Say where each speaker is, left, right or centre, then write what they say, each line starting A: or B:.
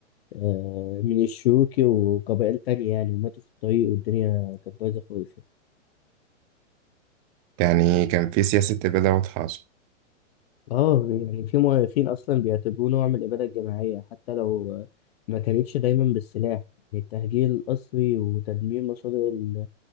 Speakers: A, on the left; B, on the right.
A: آه، من الشيوخ وقبائل تانية يعني وماتوا في الطريق والدنيا كانت بايظة خالص
B: يعني كان في سياسة إبادة واضحة أصلا
A: اه يعني في مؤرخين اصلا بيعتبروه نوع من الاباده الجماعيه حتى لو آه، ما كانتش دايما بالسلاح يعني التهجير القسري وتدمير مصادر ال-